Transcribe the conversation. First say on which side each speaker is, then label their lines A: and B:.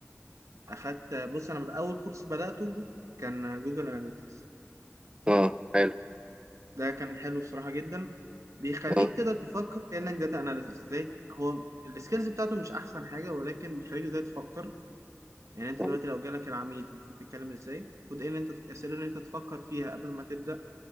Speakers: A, on the right; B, on the right.
A: اخدت بص انا من اول كورس بدأته كان جوجل اناليتكس
B: اه حلو
A: ده كان حلو الصراحة جدا بيخليك
B: اه
A: تقدر تفكر كأنك داتا اناليسيس ازاي هو السكيلز بتاعته مش احسن حاجة ولكن بيخليك ازاي تفكر يعني انت
B: آه.
A: دلوقتي لو جالك العميل المفروض تتكلم ازاي المفروض ايه اللي انت الاسئلة اللي انت تفكر فيها قبل ما تبدأ